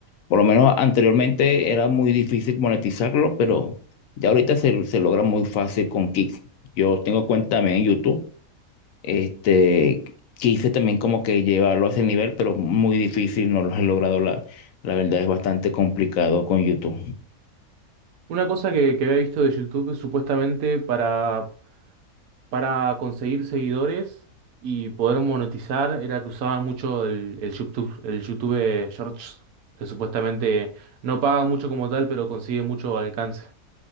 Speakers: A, on the left; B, on the right.
A: por lo menos anteriormente era muy difícil monetizarlo, pero ya ahorita se, se logra muy fácil con Kicks. Yo tengo cuenta también en YouTube, este, quise también como que llevarlo a ese nivel, pero muy difícil, no lo he logrado, la, la verdad es bastante complicado con YouTube.
B: Una cosa que, que había visto de YouTube supuestamente para, para conseguir seguidores y poder monetizar era que usaban mucho el, el YouTube, el YouTube Shorts, que supuestamente no paga mucho como tal, pero consigue mucho alcance.